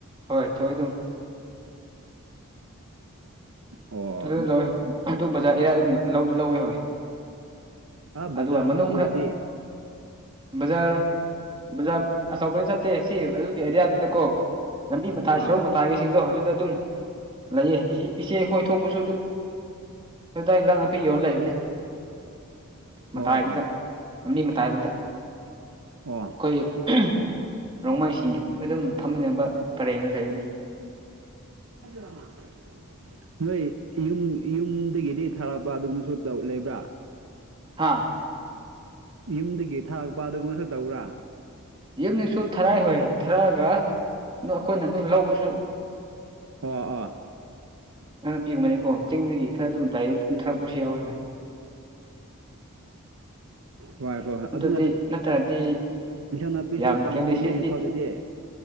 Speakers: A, on the right; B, on the right.
A: ꯍꯣꯏ ꯊꯣꯛꯢ ꯑꯗꯨꯝ
B: ꯑꯣ
A: ꯑꯗꯨ ꯂꯧꯋꯦ ꯍꯟꯗꯛ ꯕꯖꯥꯔ ꯑꯦꯔꯤꯌꯥ ꯑꯗꯨꯝ ꯂꯧ ꯂꯧꯋꯦ ꯍꯣꯏ <inaudible>
B: ꯑꯥ ꯕꯖꯥꯔ
A: ꯑꯗꯨꯒ ꯃꯅꯨꯡ
B: ꯑꯆꯧꯕꯗꯗꯤ
A: ꯈꯥ ꯕꯖꯥꯔ ꯕꯖꯥꯔ ꯑꯆꯧꯕꯗꯤ ꯆꯠꯇꯦ ꯁꯤ ꯑꯗꯨꯒꯤ ꯑꯦꯔꯤꯌꯥꯗꯨꯗꯀꯣ ꯂꯝꯕꯤ ꯃꯇꯥꯏ
B: ꯑꯥ
A: ꯁꯣꯔꯣꯛ ꯃꯇꯥꯏꯒꯤꯁꯤꯡꯗꯣ ꯑꯗꯨꯗ ꯑꯗꯨꯝ ꯂꯩꯌꯦ ꯏꯆꯦ ꯑꯩꯈꯣꯏ ꯊꯣꯛꯄꯁꯨ ꯑꯗꯨ ꯑꯗꯥꯏꯗ ꯑꯦꯟꯁꯟ ꯅꯥꯄꯤ ꯌꯣꯅ ꯂꯩꯕꯅꯦ
B: ꯑꯣ
A: ꯃꯇꯥꯏꯗꯨꯗ
B: ꯑꯣ
A: ꯂꯝꯕꯤ ꯃꯇꯥꯏꯗꯨꯗ ꯑꯩꯈꯣꯏ
B: ꯑꯣ
A: ꯔꯣꯡꯃꯥꯏꯁꯤꯡꯒꯤ ꯑꯗꯨꯝ ꯐꯝꯃꯤꯟꯅꯕ ꯄꯥꯔꯦꯡ ꯗꯨꯗꯥ ꯂꯩꯕꯅꯦ
B: ꯔꯃ <unintelligible> ꯅꯣꯏ ꯌꯨꯝ ꯌꯨꯝꯗꯒꯤꯗꯤ ꯊꯥꯔꯛꯄ ꯑꯗꯨꯒꯨꯝꯕꯁꯨ ꯂꯩꯕ꯭ꯔꯥ
A: ꯍꯥꯥ
B: ꯌꯨꯝꯗꯒꯤ ꯊꯥꯔꯛꯄ ꯑꯗꯨꯒꯨꯝꯕꯁꯨ ꯇꯧꯕ꯭ꯔꯥ
A: ꯌꯨꯝꯗꯩꯩꯁꯨ ꯊꯥꯔꯛꯌꯦ ꯍꯣꯏ ꯊꯥꯔꯛꯑꯒ ꯑꯗꯨ ꯑꯩꯈꯣꯏꯅ ꯑꯗꯨꯝ ꯂꯧꯕꯁꯨ
B: ꯑ ꯑꯥ <inaudible>
A: ꯅꯪꯅ ꯄꯤꯨꯕꯅꯤꯀꯣ ꯆꯤꯡꯗꯒꯤ ꯈꯔ ꯑꯗꯨꯝ ꯂꯩꯔꯒ ꯑꯗꯨꯝ ꯊꯥꯔꯛꯄꯁꯨ ꯌꯥꯎꯋꯤ ꯍꯣꯏ
B: ꯍꯣꯏ ꯍꯣꯏ ꯍꯣꯏ ꯑꯗꯨ
A: ꯑꯗꯨꯗꯤ ꯅꯠꯇ꯭ꯔꯗꯤ
B: ꯑꯦꯟꯁꯥꯡ ꯅꯥꯄꯤꯁꯨ
A: ꯌꯥꯝꯅ
B: ꯇꯥꯡꯕꯅꯤꯍꯦ
A: ꯈꯦꯅꯩ ꯁꯤꯗꯤ
B: ꯏꯝꯐꯥꯜꯗꯗꯤ